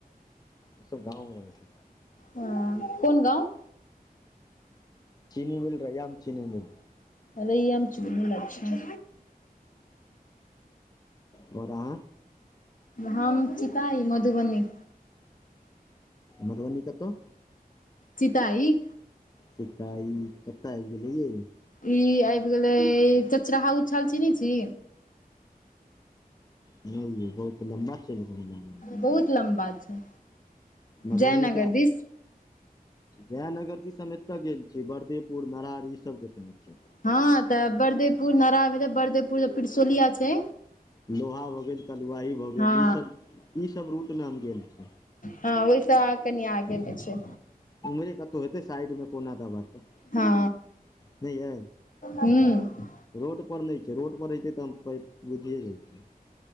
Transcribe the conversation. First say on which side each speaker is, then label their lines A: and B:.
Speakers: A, on the left; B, on the left.
A: ओसभ गाँवमे रहै छथिन
B: ह कौन गाँव
A: चीनी मिल रैयाम चीनी मिल
B: रैयाम चीनी मील अच्छा
A: बोरा
B: हम चिताय मधुबनी
A: मधुबनी कतय
B: चिताई
A: चिता कत आबि गेलैयै
B: ई आबि गेले चचराहा उछल चीनी छी
A: नहि ये बहुत लम्बा चलि गेल गाड़ी
B: बहुत लम्बा छै
A: मधुबनी
B: जयनगर
A: का
B: दिस
A: जयनगर दीस हम एते गेल छियै वरदेपुर नरारी ई सब देखने छियै
B: हँ त बरदेपुर नारा भेले बरदेपुर पिरसोलिया छै
A: लोहा भ गेल कलुआही भ गेल
B: हँ
A: ईसभ ईसभ रूट मे आ हम गेल छी
B: हँ ओहि सँ कनि आगे मे छै
A: उमहरे कतहु हेतै साइड में कोना दबाबे के
B: हँ
A: नहि ये
B: ह्म
A: रोड पर नहि छै रोड पर रहि छै त हम खोज बुझिए जैतो